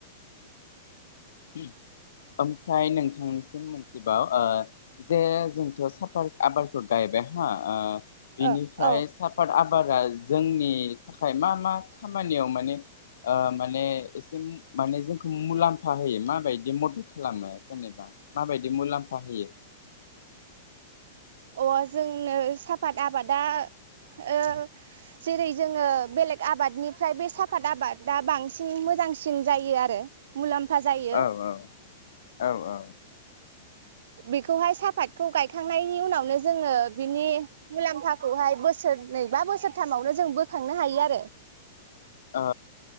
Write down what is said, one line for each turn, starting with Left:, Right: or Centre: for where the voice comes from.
Left: औ ओमफ्राय नोंथांनिसिम मोनथिबाव ओ जे जोंथ' साफा आबारखौ गायबाय हा ओ बेनिफ्राय
Right: औ औ
Left: साफाथ आ बारा जोंनि थाखाय मा मा खामानियाव माने ओ माने एसे माने जोंखौ मुलाम्फ मुलाम्फा होयो माबायदि मदद खालामो जेनेबा माबायदि मुलाम्फा होयो?
Right: अ जोंनो साफात आबादा ओ जेरै जोङो बेलेग आबादनिफ्राय बे साहाफात आबादा बांसिन मोजांसिन जायो आरो मुलाम फा जायो
Left: औ औ औ औ
Right: बेखौहाय साहाफातखौ गायखांनायनि उनावनो जोङो बिनि मुलाम्फाखौहाय बोसोरनै बा बोसोरथामावनो जों बोखांनो हायो आरो
Left: ओ